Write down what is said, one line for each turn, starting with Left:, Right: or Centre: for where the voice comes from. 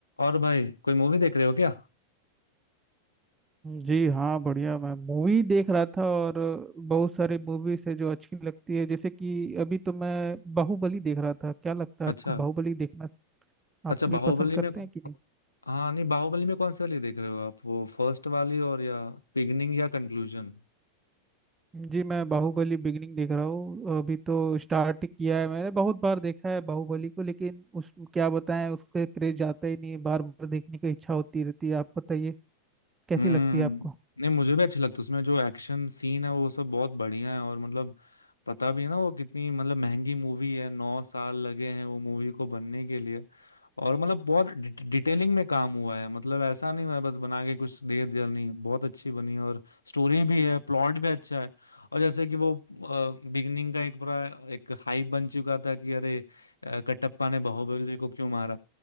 Left: और भाई कोई मूवी देख रहे हो क्या
Right: जी हाँ बढ़िया मैं मूवी देख रहा था और बहुत सारी मूवीज है जो अच्छी लगती है जैसे कि अभी तो मैं बाहुबली देख रहा था क्या लगता है
Left: अच्छा
Right: आपको बाहुबली देखना आप
Left: अच्छा बाहुबली
Right: भी पसंद करते
Left: में कु-
Right: हैं कि नहीं
Left: हाँ नहीं बाहुबली में कौन सी वाली देख रहे हो आप वो फर्स्ट वाली और या बिगनिंग या कंक्लूजन
Right: जी मैं बाहुबली बिगिनिंग देख रहा हूँ अभी तो स्टार्ट किया है मैंने बहुत बार देखा है बाहुबली को लेकिन उस क्या बताएं उसके क्रेज जाता ही नहीं है। बार बार देखने की इच्छा होती रहती है आप बताइए कैसी
Left: हम्म
Right: लगती है आपको
Left: नहीं मुझे भी अच्छी लगती है उसमें जो एक्शन सीन है वो सब बहुत बढ़िया है और मतलब पता भी है ना वो कितनी मतलब महंगी मूवी है नौ साल लगे हैं वो मूवी को बनने के लिए और मतलब बहुत डि- डिटेलिंग में काम हुआ है मतलब ऐसा नहीं हुआ है बस बना के कुछ दे दिया नहीं बहुत अच्छी बनी है और स्टोरी भी है प्लॉट भी अच्छा है और जैसे कि वो बिगनिंग का एक बड़ा एक हाइप बन चुका था कि अरे अ, कटप्पा ने बाहुबली को क्यों मारा